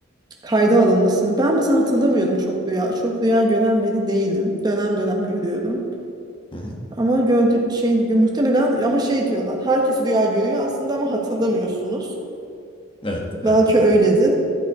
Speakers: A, on the right; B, on the left.
A: Kayda alınmasını. Ben mesela hatırlamıyorum çok rüya. Çok rüya gören biri değilim. Dönem dönem görüyorum.
B: Hı hı.
A: Ama gördü şey muhtemelen ama şey diyorlar. Herkes rüya görüyor aslında ama hatırlamıyorsunuz.
B: Evet, evet,
A: Belki
B: evet.
A: öyledir.